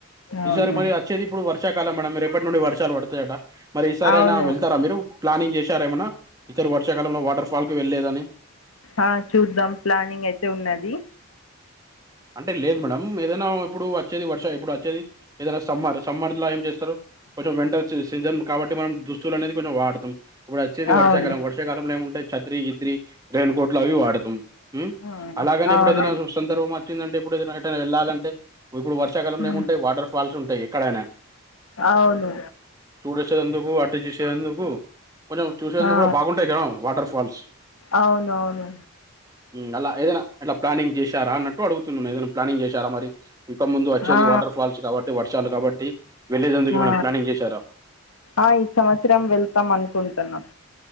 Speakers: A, on the left; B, on the right.
A: అవును
B: ఈసారి మరి అచ్చేది ఇప్పుడు వర్షాకాలం మేడం రేపటి వర్షాలు పడుతాయట మరి ఈ సారి
A: అవును
B: అయినా వెళ్తారా మీరు ప్లానింగ్ చేసార ఏమనా ఇతరు వర్షాకాలంలో వాటర్ ఫాల్ కి వెళ్ళలేదని
A: ఆ చూద్దాం ప్లానింగ్ అయితే ఉన్నది
B: అంటే లేదు మేడమ్ ఏదైనా ఇప్పుడు వచ్చేది వర్ష ఇప్పుడు అచ్చేది ఏదైనా సమ్మర్ సమ్మర్ల ఏం చేస్తారు కొంచెం వంటర్ సీజన్ కాబట్టి మనం దు చూలు అనేది కొంచం వాడతం ఇప్పుడు అచ్చేది
A: ఆ,
B: వర్షకాలం
A: అవును
B: వర్షాకాలంలో ఏముంటాయి చత్రి గిత్రీ రైన్కోట్లు అవి వాడుతం ఉమ్
A: ఆ,
B: అలాగనే
A: అవును
B: ఇప్పుడ ఏ సందర్భ అంటే ఇప్పుడు ఏదైనా ఎటైనా వెళ్ళాలంటే ఇప్పుడు వర్షకాలంలో
A: ఉమ్,
B: ఏముంటాయి వాటర్ ఫాల్స్ ఉంటాయి ఎక్కడైనా
A: అవును
B: చూడేసే అందుకు వాటె చేసే అందుకు కొంచెం చూసేందుకు
A: ఆ,
B: కూడా బాగుంటాయి కదం వాటర్ ఫాల్స్
A: అవును అవును
B: ఉమ్ అలా ఏదైనా ఇలా అట్లా ప్లానింగ్ చేశారా అన్నట్టు అడుగుతున్నాను ఏదైనా ప్లానింగ్ చెస్ చార మరి ఇంక ముందు అచ్చేది
A: ఆ,
B: వాటర్ ఫాల్స్ కాబట్టి వర్షాలు కాబట్టి వెళ్ళేదందుకు ఏమైనా
A: ఆ
B: ప్లానింగ్ చేశారా
A: ఆ ఈ సంవత్సరం వెళ్తాం అనుకుంటన్నాం